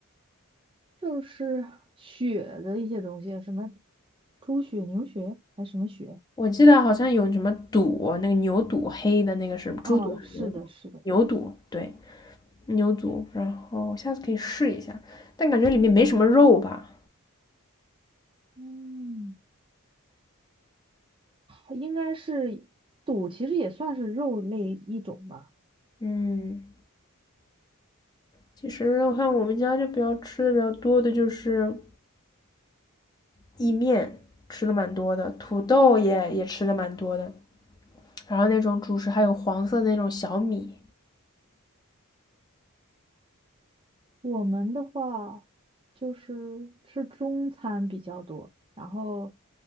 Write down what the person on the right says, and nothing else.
就是血的一些东西，什么猪血、牛血还是什么血？
哦，是的，是的，
嗯，应该是肚，其实也算是肉类一种吧。
我们的话就是吃中餐比较多，然后